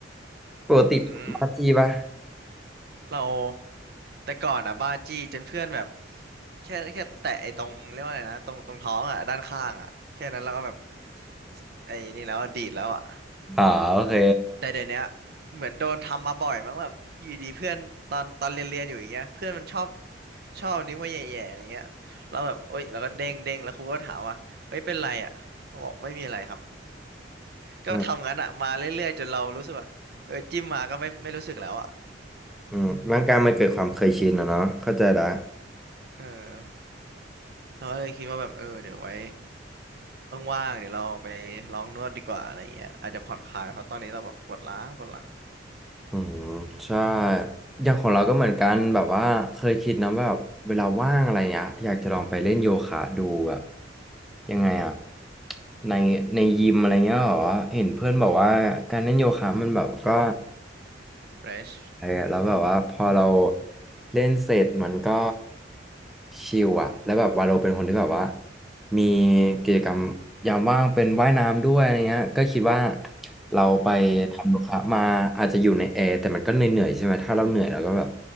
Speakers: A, in the centre; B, on the right.
A: ปกติปาจีปะ
B: อืมเราแต่ก่อนอ่ะบ้าจี้จนเพื่อนแบบแค่แค่แตะไอ้ตรงเรียกว่าอะไรนะตรงตรงท้องอ่ะด้านข้างอ่ะแค่นั้นเราก็แบบสไอ้นี่แล้วอะดีดแล้วอ่ะ
A: อ๋อโอเค
B: แต่เดี๋ยวเนี้ยเหมือนโดนทำมาบ่อยมั้งแบบอยู่ดีเพื่อนตอนตอนเรียนเรียนอยู่อย่างเงี้ยเพื่อนมันชอบชอบนิ้วมาแย่ๆอะไรเงี้ยเราแบบเอ้ยเราก็เด้งเด้งแล้วครูก็ถามว่าเฮ้ยเป็นไรอ่ะเขาบอกไม่มีอะไรครับก็ทำงั้นอ่ะมาเรื่อยๆจนเรารู้สึกว่าเออจิ้มมาก็ไม่ไม่รู้สึกแล้วอ่ะ
A: อืมอืมร่างกายมันเกิดความเคยชินอะเนาะเข้าใจละ
B: เออ เราก็เลยคิดว่าแบบเออเดี๋ยวไว้ว่างๆเดี๋ยวเราไปลองนวดดีกว่าอะไรเงี้ยอาจจะผ่อนคลายเพราะตอนนี้เราแบบปวดล้างปวดหลัง
A: อืมใช่อย่างของเราก็เหมือนกันแบบว่าเคยคิดนะว่าแบบเวลาว่างอะไรเงี้ยอยากจะลองไปเล่นโยคะดูแบบยังไงอะในในยิมอะไรเงี้ยเหรอเห็นเพื่อนบอกว่าการเล่นโยคะมันแบบก็
B: เฟรช
A: เออแล้วแบบว่าพอเราเล่นเสร็จมันก็ชิลอะแล้วแบบวาโลเป็นคนที่แบบว่ามีกิจกรรมยามว่างเป็นว่ายน้ำด้วยอะไรเงี้ยก็คิดว่าเราไปทำโยคะมาอาจจะอยู่ในแอร์แต่มันก็เหนื่อยๆใช่ไหมถ้าเราเหนื่อยเราก็แบบ
B: อืม